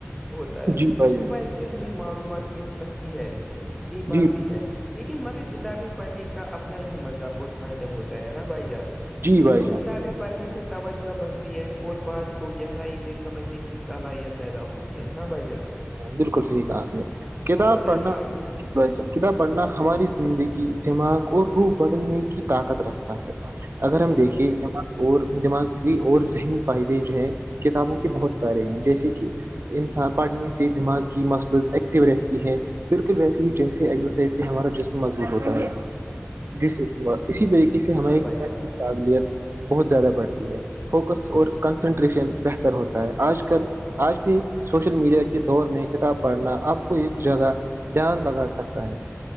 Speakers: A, in the centre; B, on the right.
A: ہوتا ہے
B: جی بھائی
A: تو موبائل
B: جان
A: سے ہمیں معلومات مل سکتی ہے یہ بات
B: جی
A: بھی ہے لیکن مگر کتابیں پڑھنے کا اپنا ہی مزہ اور فائدہ ہوتا ہے نا بھائی جان
B: جی بھائی
A: تو
B: جان
A: کتابیں پڑھنے سے توجہ برھتی ہے اور بعد کو گہرائی سے سمجھنے کی صلاحیت پیدا ہوتی ہے ہے نا بھائی جان
B: بالکل صحیح کہا آپ نے کتاب
A: تو بتائیے
B: پڑھنا
A: آپ بھی
B: بھائی جان کتاب پڑھنا ہماری زندگی دماغ اور روح بدلنے کی طاقت رکھتا ہے اگر
A: ہاں
B: ہم دیکھیے
A: بھائی جان
B: اور دماغی اور ذہنی فائدے جو ہیں کتابوں کے بہت سارے ہیں جیسے کہ انسان پڑھنے سے دماغ کی مسلز ایکٹو رہتی ہے بالکل ویسے ہی جیسے ایکزرسائز سے ہمارا جسم مضبوط ہوتا ہے جس اسی طریقے سے ہماری
A: ہاں بھائی
B: قابلیت
A: جان
B: بہت زیادہ بڑھتی ہے فوکس اور کنسنٹریشن بہتر ہوتا ہے آج کل آج کے سوشل میڈیا کے دور میں کتاب پڑھنا آپ کو ایک جگہ دھیان لگا سکتا ہے